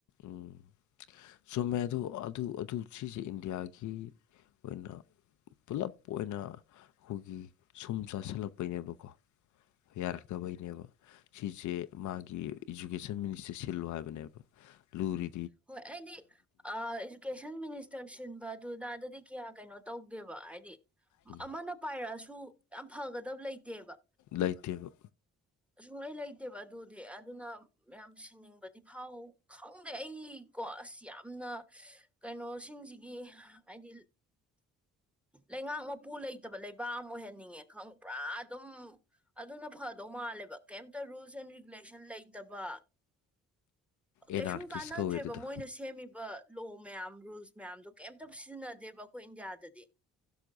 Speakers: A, on the left; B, in the centre.
A: ꯎꯝ꯫ ꯆꯨꯝꯃꯦ ꯑꯗꯨ ꯑꯗꯨ ꯑꯗꯨ ꯁꯤꯁꯦ ꯏꯟꯗꯤꯌꯥꯒꯤ ꯑꯣꯏꯅ꯫ ꯄꯨꯂꯞ ꯑꯣꯏꯅ ꯑꯈꯣꯏꯒꯤ ꯁꯨꯝ ꯆꯥꯁꯤꯜꯂꯛꯄꯩꯅꯦꯕꯀꯣ꯫ ꯌꯥꯔꯛꯇꯕꯩꯅꯦꯕ꯫ ꯁꯤꯁꯦ ꯃꯥꯒꯤ ꯏꯖꯨꯀꯦꯁꯟ ꯃꯤꯅꯤꯁꯇꯔ ꯁꯤꯜꯂꯨ ꯍꯥꯏꯕꯅꯦꯕ ꯂꯨꯔꯤ꯫
B: ꯍꯣꯏ ꯑꯩꯗꯤ ꯏꯗꯨꯀꯦꯁꯟ ꯃꯤꯅꯤꯁ꯫ ꯁꯤꯟꯕ ꯑꯗꯨꯗ ꯗꯨꯗꯤ ꯀꯌꯥ ꯀꯩꯅꫭ ꯇꯧꯗ‌ꯦꯕ ꯍꯥꯏꯗꯤ
A: ꯎꯝ,
B: ꯑꯃꯥꯅ꯫ ꯄꯥꯏꯔꯛꯑꯁꯨ ꯌꯥꯝ ꯐꯒꯗꯕ ꯂꯩꯇꯦꯕ꯫
A: ꯂꯩꯇꯦꯕ
B: ꯁꯨꯡꯂꯩ ꯂꯩꯇꯦꯕ ꯑꯗꯨꯗꯤ ꯑꯗꯨꯅ ꯌꯥꯝ ꯁꯤꯟꯅꯤꯡꯕꯗꯤ ꯐꯥꯎ ꯈꯪꯗꯦ ꯑꯩ꯫ ꯀꯣ ꯑꯁ ꯌꯥꯝꯅ ꯀꯩꯅꯣꯁꯤꯡꯁꯤꯒꯤ ꯍꯥꯏꯗꯤ ꯂꯩꯉꯥꯛ ꯃꯄꯨ ꯂꯩꯇꯕ ꯂꯩꯕꯥꯛ ꯑꯃ ꯑꯣꯏꯍꯟꯅꯤꯡꯉꯦ ꯈꯪ ꯄꯨꯔꯥ ꯑꯗꯨꯝ ꯑꯗꯨꯅ ꯐꯥ ꯇꯧ ꯃꯥꯜꯂꯦꯕ ꯀꯦꯝꯇ ꯔꯨꯜꯁ ꯑꯦꯟ ꯔꯤꯒꯨꯂꯦꯁꯟ ꯂꯩꯇꯕ
A: ꯑꯦꯅꯥꯔꯀꯤꯁ
B: ꯀꯩꯁꯨꯨꯝ ꯀꯥꯟꯅ
A: ꯀꯧꯋꯦ ꯑꯗꯨꯗꯣ
B: ꯁꯦꯝꯃꯤꯕ ꯂꯣ ꯃꯌꯥꯝ ꯔꯨꯜꯁ ꯃꯌꯥꯝꯗꯣ ꯀꯦꯝꯇ ꯁꯤꯖꯤꯟꯅꯗꯦꯕ ꯑꯩꯈꯣꯏ ꯏꯟꯗꯤꯌꯥꯗꯗꯤ